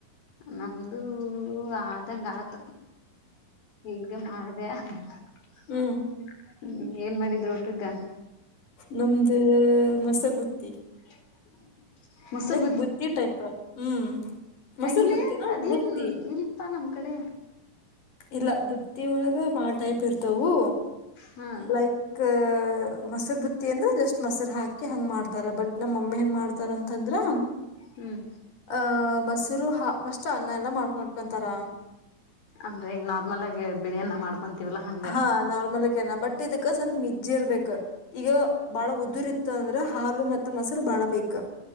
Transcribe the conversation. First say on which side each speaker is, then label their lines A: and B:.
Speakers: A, on the left; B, on the left.
A: ನಮ್ದು ಆದಂಗಾತ. ಈಗ ಮಾಡದ್ಯ. <inaudible>
B: ಹ್ಮ್
A: ಹ್ಮ್ ಏನ್ ಮಾಡಿದ್ರು. ಟಕ.
B: ನಮ್ದ ಮೊಸರ ಬುತ್ತಿ.
A: <inaudible> ಮೊಸರು
B: ಲೈಕ್ ಬುತ್ತಿ ಟೈಪ್ ಹ್ಮ್.
A: ಹೆಂಗ್ಲೆ
B: ಮೊಸರು ಬುತ್ತಿನ
A: ಅದೇನ್
B: ಬುತ್ತಿ
A: ಇಲ್ಪಾ ನಮ. ಕಡೆ
B: ಇಲ್ಲ ಬುತ್ತಿಯೊಳಗ ಬಾಳ ಟೈಪ್ ಇರ್ತವು
A: ಹಾ
B: ಲೈಕ್ ಮೊಸರು ಬುತ್ತಿ ಅಂದ್ರೆ ಜಸ್ಟ್ ಮೊರು ಹಾಕಿ ಹಂಗ ಮಾಡ್ತಾರ ಬಟ್ ನಮ್ಮ ಮಮ್ಮಿ ಹೆಂಗೆ ಮಾಡ್ತಾರ ಅಂತಂದ್ರೆ
A: ಹ್ಮ್
B: ಆ ಮಸ ರು ಪಸ್ಟ್ ಅನ್ನ ಎಲ್ಲ ಮಾಡ್ಕೊಂಡಟ್ಕಂತಾರ
A: ಅಂದ್ರೆ ಈಗ ನಾರ್ಮಲ್ ಆಗಿ ಬಿಳಿಯ್ಯಾನ ಮಾಡ್ಕೊಂತ ಇವಲ ಹಂಗ
B: ಹಾ ನಾರ್ಮಲ್ ಬಟ್ ಇದಕ್ಕ ಸ್ವಲ್ಪ ಮಜ್ಜ ಇರ್ಬೇಕ್ ಈಗ ಬಾಳ ಉದುರಿ ಇತ್ತ ಅಂದ್ರ ಹಾಲು ಮತ್ತತ್ ಮೊಸರು ಬಾಳ ಬೇಕಕ್